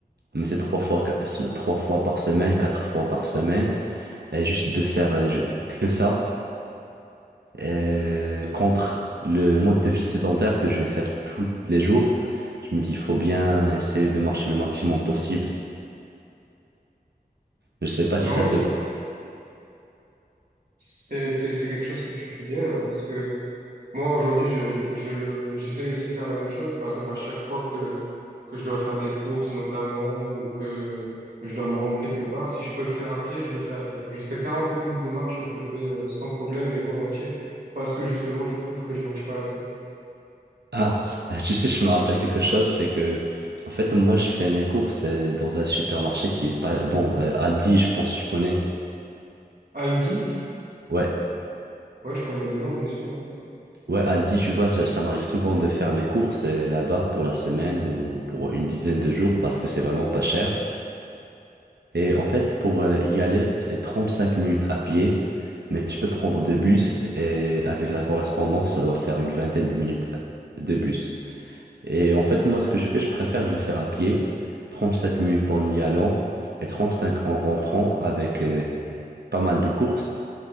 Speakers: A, on the right; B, on the right.
A: mais c'est trois fois, c'est trois fois par semaine, quatre fois par semaine, et juste de faire euh, je- que ça, euh, contre le mode de vie sédentaire que je vais faire tous les jours, je me dis, il faut bien essayer de marcher le maximum possible. Je sais pas
B: Non,
A: si ça
B: oui.
A: te...
B: C'est, c'est, c'est quelque chose que tu fais bien hein, parce que Moi, aujourd'hui, je, je, je le, j'essaye aussi de faire la même chose. Par exemple, à chaque fois que, que je dois faire des courses, notamment, ou que je dois me rendre quelque part, si je peux le faire à pied, je le fais à pied. Jusqu'à 40 minutes de marche, je le fais euh, sans problème et volontiers, parce que justement, je trouve que je marche pas assez.
A: Ah, <laughs> tu sais, je me rappelle quelque chose, c'est que, en fait, moi, je fais mes courses euh, dans un supermarché qui est pas... Bon, euh, Aldi, je pense que tu connais.
B: Aldi,
A: Ouais,
B: ouais, je connais de nom, bien sûr. ouais.
A: Ouais, Aldi, tu vois, ça, ça m'arrive souvent de faire mes courses euh, là-bas pour la semaine ou pour une dizaine de jours parce que c'est vraiment pas cher. Et en fait, pour euh, y aller, c'est 35 minutes à pied, mais je peux prendre deux bus et avec la correspondance, ça doit faire une vingtaine de minutes euh, de bus. Et en fait, moi, ce que je fais, je préfère le faire à pied, 35 minutes en y allant et 35 en rentrant avec euh, pas mal de courses.